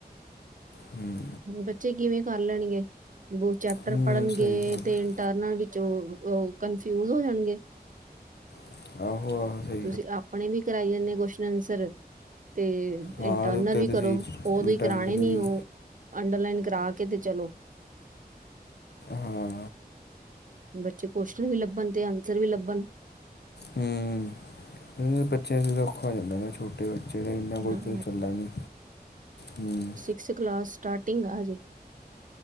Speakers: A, on the left; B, on the right.
A: ਹੂੰ
B: ਬੱਚੇ ਕਿਵੇਂ ਕਰ ਲੈਣਗੇ? ਉਹ ਚੈਪਟਰ
A: ਹੂੰ
B: ਪੜ੍ਹਨਗੇ
A: ਸਹੀ ਗੱਲ ਹੈ।
B: ਤੇ ਇੰਟਰਨਲ ਵਿੱਚੋਂ ਉਹ ਕੰਨਫਿਊਜ ਹੋ ਜਾਣਗੇ।
A: ਸ। ਆਹੋ ਆਹੋ ਸਹੀ।
B: ਤੁਸੀਂ ਆਪਣੇ ਵੀ ਕਰਾਈ ਜਾਂਦੇ ਕੋਸ਼ਚਨ ਆਨਸਰ ਤੇ
A: ਹਾਂ
B: ਏ। ਟਰਨਲ
A: ਉਹਦੇ ਉੱਤੇ
B: ਵੀ
A: ਤੁਸੀਂ
B: ਕਰੋ ਓਹਦੋਂ
A: ਇੰਟਰਨਲ
B: ਹੀ ਕਰਾਣੇ ਨੀ
A: ਵੀ
B: ਉਹ ਅੰਡਰਲਾਈਨ ਕਰਾ ਕੇ ਤੇ ਚਲੋ।
A: ਹਾਂ
B: ਬੱਚੇ ਕੁਸ਼ਚਨ ਵੀ ਲੱਭਣ ਤੇ ਆਨਸਰ ਵੀ ਲੱਭਣ।
A: ਹੂੰ ਬੱਚਿਆਂ ਦਾ ਔਖਾ ਹੋ ਜਾਂਦਾ ਨਾ ਛੋਟਾ। ਛੋਟੇ ਬੱਚੇ ਨੇ ਇੰਨਾ ਕੋਈ
B: ਹਾਂ
A: ਚੱਲਦਾ ਨੀ ਹਮ।
B: ਇਸ ਕਲਾਸ ਸਟਾਰਟਿੰਗ ਆ ਅਜੇ।